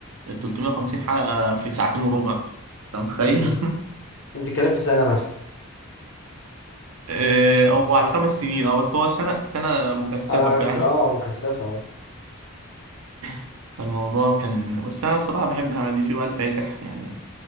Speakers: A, on the right; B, on the left.
A: ال 350 حلقة في ساعتين وربع انت متخيل؟
B: مم.
A: <laughs>
B: انت بتتكلم في سنه مثلا
A: آه، هو على خمس سنين اه بس هو سنة سنة مكثفة
B: على قصد-
A: فعلا
B: اه مكثفه اه
A: <laughs> فالموضوع كان بس أنا الصراحة بحب الحاجات دي في بقى الفاتح يعني